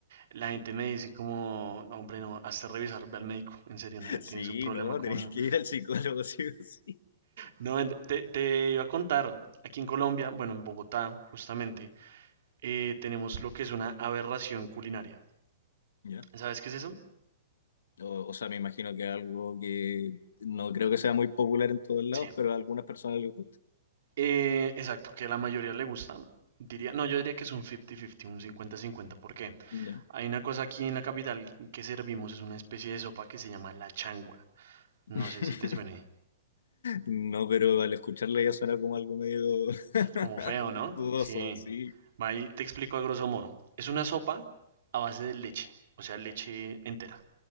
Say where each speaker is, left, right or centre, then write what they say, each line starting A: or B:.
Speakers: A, on the right (about 65°); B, on the left (about 85°).
A: la gente me dice como, "No, hombre, no, hazte revisar, ve al médico, en serio, ne-
B: Sí,
A: tienes un problema
B: no,
A: con...
B: tenés que ir al psicólogo, <laughs> sí o sí.
A: No, en- te, te iba a contar, aquí en Colombia, bueno, en Bogotá, justamente, eh, tenemos lo que es una aberración culinaria.
B: ¿Ya?
A: ¿Sabes qué es eso?
B: O, o sea, me imagino que es algo que no creo que sea muy popular en todos lados,
A: Sí.
B: pero a algunas personas les gusta.
A: Eh, exacto, que la mayoría le gustan. Diría, no, yo diría que es un 50-50, un cincuenta-cincuenta. ¿Por qué?
B: ¿Ya?
A: Hay una cosa aquí en la capital que servimos, es una especie de sopa que se llama la changua.
B: <laughs>
A: No sé si te suene
B: No, pero al escucharla ya suena como algo medio <laughs>
A: como feo, ¿no?
B: dudoso,
A: Sí.
B: sí.
A: Va, ahí te explico a grosso modo. Es una sopa a base de leche, o sea, leche entera,